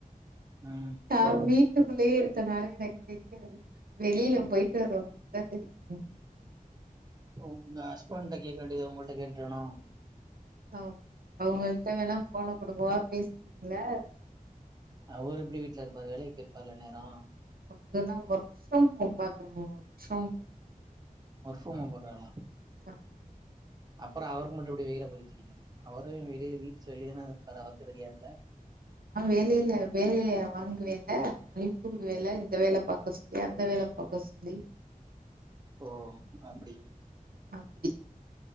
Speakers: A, on the right (about 30°); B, on the right (about 85°).
A: ம்.
B: டாப்பி துக் குள்ளயே இருக் இத்தன் நாளா எனக்கு தெரியாது வெளியில போயிட்டு வறவங்களுக்குதா தெரியுமே
A: அப்போ உங்க ஹஸ்பண்ட்ட கேக்க வேண்டியத உங்கள்ட்ட கேட்டேனோ
B: ஓ அவுங்க கிட்ட வேணா ஃபோன குடுக்குவா பேசுறீங்களா
A: அவர் எப்டி வீட்ல இருப்பாரு வேலைக்கு போயிருப்பாருல இந்நேரோ
B: அவுங்கல்லா ஒர்க் ஃப்ரம் ஹோம் பாக்குறாங்க work from home
A: work from home பண்றாங்கலா
B: ஆஹ்
A: அப்புறம் அவுருக்கு மட்டும் இப்படி வெயில பத்தி தெரியும் அவுரும் வெளியில வீட்டுல வெளியேதானே இரு இருப்பாரு அவருக்கு தெரியாதுல்ல
B: நான் வேலையில வேலைய வாங்குவேன்ல அனுப்புவேன்ல இந்த வேலை பாார்க்க சொல்லி அந்த வேலை பார்க்க சொல்லி
A: ஓ அப்படி
B: அப்படி